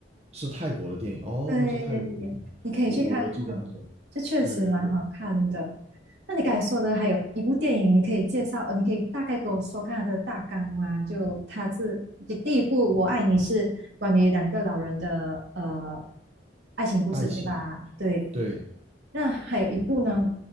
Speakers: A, on the right (about 35°); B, on the right (about 80°).
A: 是泰国的电影哦，
B: 对，
A: 是泰国的电影，
B: 你可以去看看，
A: 我我我记得它是，
B: 这确实蛮好看的。
A: 对对对，
B: 那你刚才说的还有一部电影，你可以介绍，呃，你可以大概跟我说看它的大纲吗？就它是就第一部《我爱你》是关于两个老人的呃爱情故事，
A: 爱情，
B: 对吧？对。
A: 对
B: 那还有一部呢，